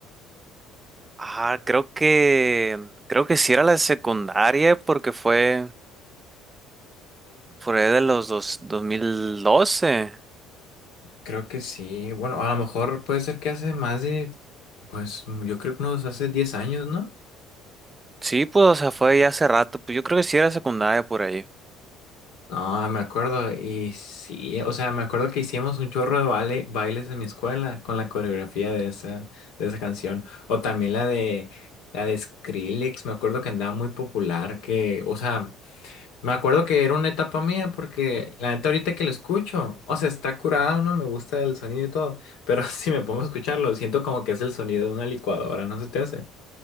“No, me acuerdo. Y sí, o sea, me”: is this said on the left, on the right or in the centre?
Left